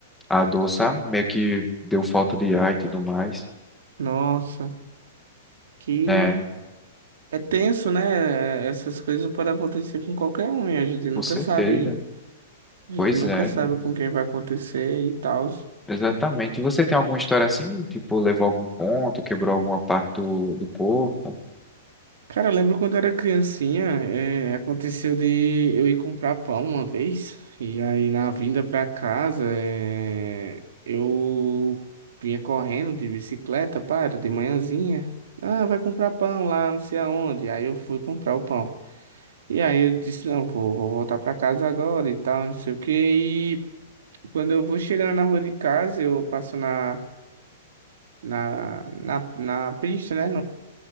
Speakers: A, in the centre; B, on the right.
A: a dor, sabe? Meio que deu falta de ar e tudo mais.
B: Nossa, que.
A: É,
B: É tenso, né? Essas coisas podem acontecer com qualquer um e a gente nunca
A: com certeza.
B: sabe. A gente
A: Pois
B: nunca
A: é,
B: sabe
A: mano.
B: com quem vai acontecer e tal.
A: Exatamente. Você tem alguma história assim? Tipo, levou algum ponto, quebrou alguma parte do, do corpo?
B: Cara, eu lembro quando eu era criancinha, é, aconteceu de eu ir comprar pão uma vez, e aí na vinda pra casa, é, eu vinha correndo de bicicleta, para, de manhãzinha. Ah, vai comprar pão lá, não sei aonde. Aí eu fui comprar o pão. E aí eu disse, não, vou, vou voltar pra casa agora e tal, não sei o quê. E quando eu vou chegando na rua de casa, eu passo na, na, na, na pista, né?